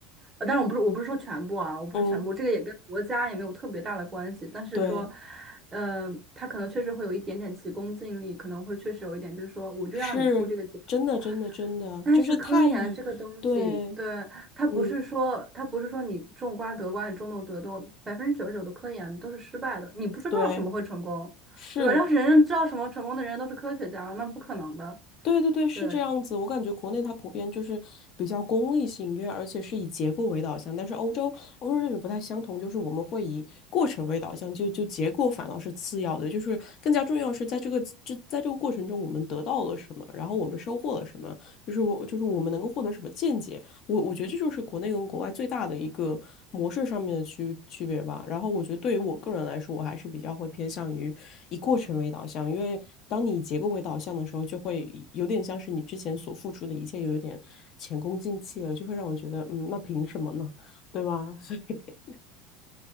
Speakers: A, on the right (about 15°); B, on the left (about 40°).
A: 呃，但然我不是我不是说全部啊，我不是全部，
B: 嗯，
A: 这个也跟国家也没有特别大的关系，但是说，
B: 对，
A: 呃，它可能确实会有一点点急功近利，可能会确实有一点，就是说我就要你出这个结果。
B: 是真的真的真的，
A: 但是科研这个东西，
B: 就是太以，对，
A: 对，它不是说它不是说你种瓜得瓜，
B: 嗯，
A: 你种豆得豆，百分之九十九的科研都是失败的，你不知道什么会成功，
B: 对，是，
A: 对吧？要是人人知道什么成功的人都是科学家，那不可能的。
B: 对对对，是这样子。
A: 对，
B: 我感觉国内它普遍就是比较功利性，因为而且是以结果为导向，但是欧洲欧洲这边不太相同，就是我们会以过程为导向，就就结果反倒是次要的，就是更加重要是在这个这在这个过程中我们得到了什么，然后我们收获了什么，就是我就是我们能够获得什么见解。我我觉得这就是国内跟国外最大的一个模式上面的区区别吧。然后我觉得对于我个人来说，我还是比较会偏向于以过程为导向，因为当你以结构为导向的时候，就会有点像是你之前所付出的一切又有一点前功尽弃了，就会让我觉得，嗯，那凭什么呢？<laughs> 对吧？<laughs>